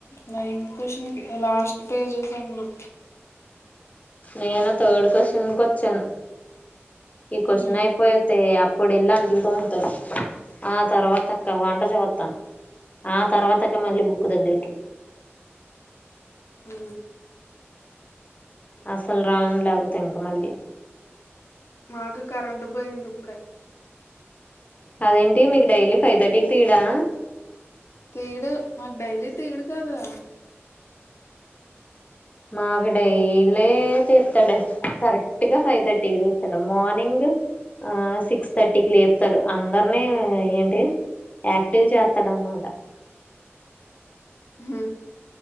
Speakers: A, on the left; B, on the left.
A: నైన్త్ క్వశచన్ లాస్ట్ పేజెస్ అన్న
B: నేను థర్డ్ క్వశ్చన్ కు వచ్చాను ఈ క్వశ్చన్
A: ఉహు
B: అయిపోతే అప్పు ఇప్పుడు వెళ్ళంటూ ఉతారు ఆ తర్వాత అక్క వంట చూతను ఆ తర్వాత అక్క మళ్ళీ బుక్ దగ్గరికి
A: హ
B: అసలు రాను లేకపోతే ఇంకా మళ్ళీ
A: మాకు కరెంట్ పోయింది ఇప్పుడే
B: అదేంటి మీకు డైలీ ఫైవ్ థర్టీకి తీడా
A: తీడు మాకు డైలీ తీడు కదా
B: మాకు డైలీ తీత్తడు కరెక్ట్గా ఫైవ్ థర్టీకి తిత్తడు మార్నింగ్ ఆ సిక్స్ థర్టీకి లేపుతాడు అందరినీ ఏంటి యాక్టివ్ చేత్తాడు అన్నమాట
A: హ